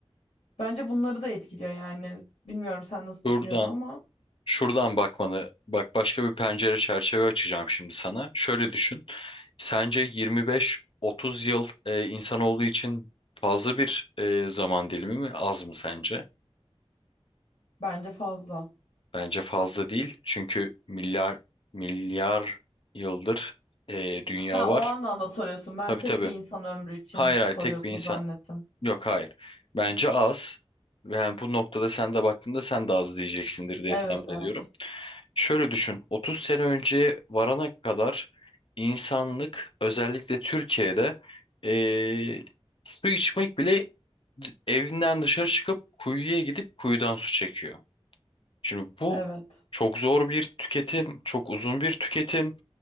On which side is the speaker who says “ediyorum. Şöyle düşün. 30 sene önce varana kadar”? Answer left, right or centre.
Left